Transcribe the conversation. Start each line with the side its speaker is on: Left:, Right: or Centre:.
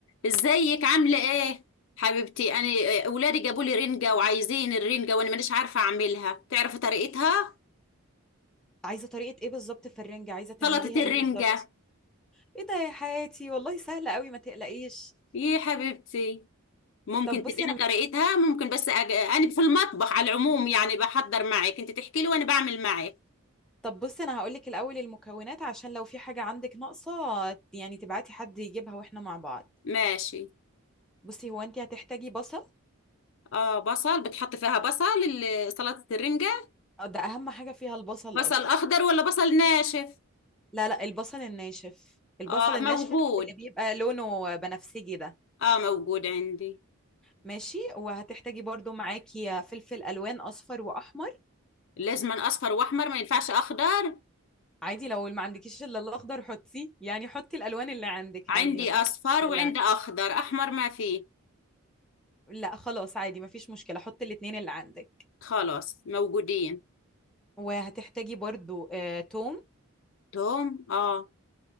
Left: ازيك عامله ايه حبيبتي انا آه، اولادي جابوا لي رنجه وعايزين الرنجه وانا مانيش عارفه اعملها تعرفي طريقتها
Centre: عايزه طريقه ايه بالظبط في الرنجه عايزه تعمليها
Left: سلطه
Centre: ايه
Left: الرنجه
Centre: بالظبط ايه ده يا حياتي والله سهله قوي ما تقلقيش
Left: إيه يا حبيبتي ممكن
Centre: طب
Left: تديني
Centre: بصي انا
Left: طريقتها ممكن بس أج... انا في المطبخ على العموم يعني بحضر معك انت تحكي لي وانا بعمل معك
Centre: طب بصي انا هقول لك الاول المكونات عشان لو في حاجه عندك ناقصه يعني تبعتي حد يجيبها واحنا مع بعض
Left: ماشي
Centre: بصي هو انت هتحتاجي بصل
Left: اه بصل بتحط فيها بصل ال- سلطه الرنجه
Centre: آه، ده اهم حاجه فيها البصل
Left: بصل
Centre: اصلا
Left: اخضر ولا بصل ناشف
Centre: لا لا البصل الناشف البصل
Left: اه
Centre: الناشف
Left: موجود
Centre: اللي بيبقى لونه بنفسجي ده
Left: اه موجود عندي
Centre: ماشي وهتحتاجي برضو معاكي فلفل الوان اصفر واحمر
Left: لازم اصفر واحمر ما ينفعش اخضر
Centre: عادي لو ما عندكيش الا الاخضر حطيه يعني حطي الالوان اللي عندك
Left: عندي
Centre: عادي مفيش
Left: اصفر
Centre: مشكله
Left: وعندي اخضر احمر ما فيه
Centre: لا خلاص عادي مفيش مشكله حطي الاتنين اللي عندك
Left: خلاص موجودين
Centre: وهتحتاجي برضو آه، توم
Left: توم اه